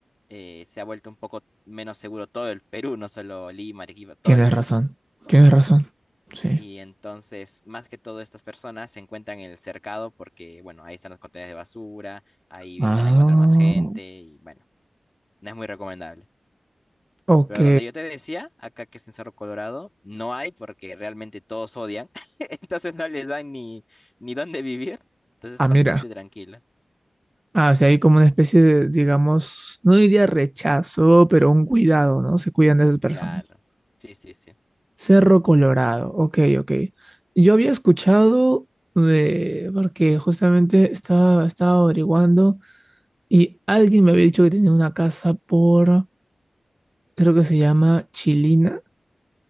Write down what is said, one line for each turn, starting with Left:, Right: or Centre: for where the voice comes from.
Left: eh, se ha vuelto un poco menos seguro todo el Perú, no solo Lima, Arequipa, todo
Right: tienes
Left: el Perú.
Right: razón. Tienes razón. Sí.
Left: Y entonces, más que todo, estas personas se encuentran en el cercado porque, bueno, ahí están los contenedores de basura, ahí
Right: Ah,
Left: van a encontrar más gente y, bueno, no es muy recomendable.
Right: ok.
Left: Pero donde yo te decía, acá que es en Cerro Colorado, no hay porque realmente todos odian. <laughs> Entonces no les dan ni, ni dónde vivir. Entonces
Right: Ah,
Left: es bastante
Right: mira.
Left: tranquilo.
Right: Ah, o sea, hay como una especie de, digamos, no diría rechazo, pero un cuidado, ¿no? Se cuidan de esas personas.
Left: Claro. Sí, sí, sí.
Right: Cerro Colorado, ok, ok. Yo había escuchado de, porque justamente estaba, estaba averiguando y alguien me había dicho que tenía una casa por, creo que se llama Chilina.